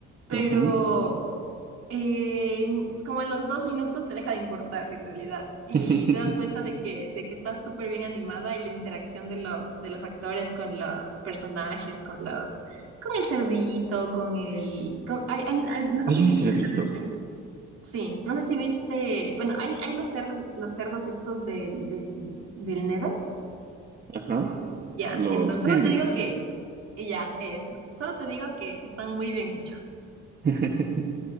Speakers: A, on the right; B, on the right.
A: Pero
B: Ujú.
A: eh, como a los dos minutos te deja de importar en realidad y
B: <laughs>
A: te das cuenta de que, de que está súper bien animada y la interacción de los, de los actores con los personajes, con los, con el cerdito, con el, con, hay- hay- hay- no sé
B: Hay
A: si viste
B: un cerdito.
A: tal vez, eh, sí, no sé si viste, bueno, hay, hay los cerdos, los cerdos estos del, del, del Nether,
B: Ajá.
A: ya,
B: Los
A: Entonces
B: piglets.
A: solo te digo que, y ya, eso, solo te digo que están muy bien hechos.
B: <laughs>